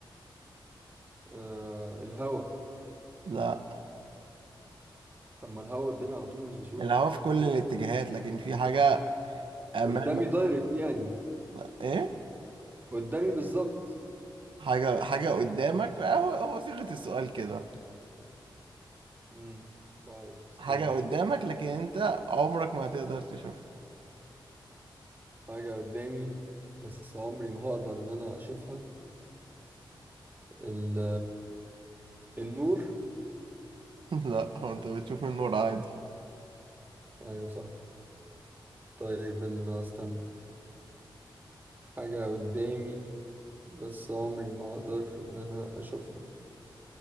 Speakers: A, on the right; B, on the right.
A: آه الهوا
B: لا
A: طب ما الهوا قدامي على طول مش بشوفه
B: الهوا في كل
A: إيه
B: الاتجاهات
A: ده؟
B: لكن في حاجة أمامك
A: قدامي دايركت يعني
B: لا. ايه
A: قدامي بالظبط
B: حاجة حاجة قدامك هو هو صيغة السؤال كده
A: مم. طيب استنى
B: حاجة قدامك لكن انت عمرك ما هتقدر تشوفها
A: حاجة قدامي بس عمري ما هقدر إن أنا أشوفها ال النور
B: <laughs> لا هو انت بتشوف النور عادي
A: أيوة صح طيب ال- استنى حاجة قدامي بس عمري ما أقدر إن أنا أشوفها